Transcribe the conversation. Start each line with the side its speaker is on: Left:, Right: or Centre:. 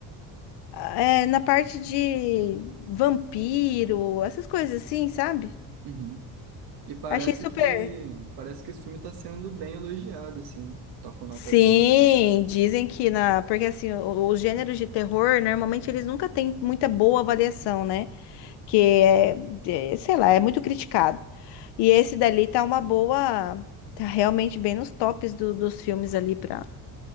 Left: é, na parte de vampiro, essas coisas assim, sabe?
Right: uhum. E parece
Left: Achei super.
Right: que. Parece que esse filme está sendo bem elogiado, assim. Tá com notas
Left: Sim,
Right: altas.
Left: dizem que na. Porque assim, o- os gêneros de terror, normalmente eles nunca têm muita boa avaliação, né? que é, é, sei lá, é muito criticado. E esse dali tá uma boa, tá realmente bem nos tops do- dos filmes ali para